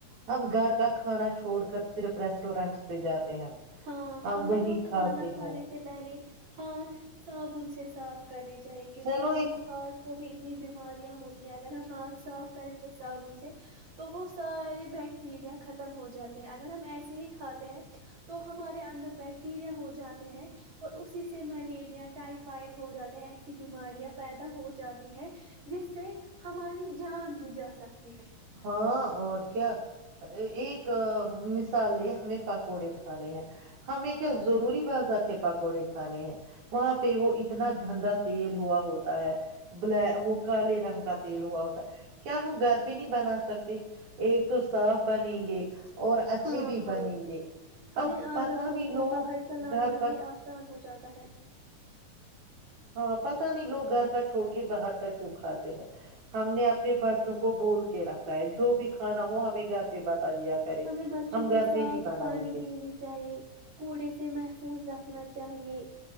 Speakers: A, on the right; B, on the right.
A: ہم گھر کا کھانا چھوڑ کر صرف ریسٹورینٹس پہ جاتے ہیں
B: ہاں
A: ہم
B: ہمیں
A: وہی
B: اور
A: کھاتے
B: کھانا کھانے
A: ہیں
B: سے پہلے ہاتھ صابن سے صاف کرنی چاہیے کیونکہ
A: چلو
B: ہمیں
A: ایک
B: ہاتھ کو بھی نی بیماریاں ہوتی ہیں اگر ہم ہاتھ صاف کریں گے صابن سے تو وہ سارے بیکٹیریا ختم ہو جاتے ہیں اگر ہم ایسے ہی کھاتے ہیں تو ہمارے اندر بیکٹیریا ہو جاتے ہیں اور اسی سے ملیریا ٹائفائڈ ہو جاتا ہے ایسی بیماریاں پیدا ہو جاتی ہے جس سے ہماری جان بھی جا سکتی ہے
A: ہاں اور کیا ایک م مالے ہمیں پکوڑے کھانے ہیں ہمیں کیا
B: ہاں
A: ضروری بازار کے پکوڑے کھانے ہیں وہاں پہ وہ اتنا گندا تیل ہوا ہوتا ہے بل وہ کالے رنگ کا تیل ہوا ہوتا کیا ہم گھر پہ نہیں نہ سکتے ایک تو صاف بنیں گے اور اچھے
B: ہاں
A: بھی
B: ہاں
A: بنیں گے
B: ہمیں
A: اب
B: عادت
A: پت
B: ہوئی
A: نہیں
B: ہے
A: لوگ
B: باہر کا لانا
A: گھر
B: ہمیں
A: کا
B: آسان ہو جاتا ہے
A: ہاں پتا نہیں لوگ گھر کا چھوڑ کے باہر کا کیوں کھاتے ہیں ہم نے اپنے بچوں کو بول رکھا ہے جو بھی کھانا ہو ہمیں پہ بتا دیا کرے
B: ہمیں بچوں
A: ہم
B: کو
A: گھر
B: صاف
A: پہ ہی بنائیں
B: پانی
A: گے
B: دینی چاہیے کوڑے سے محفوظ رکھنا چاہیے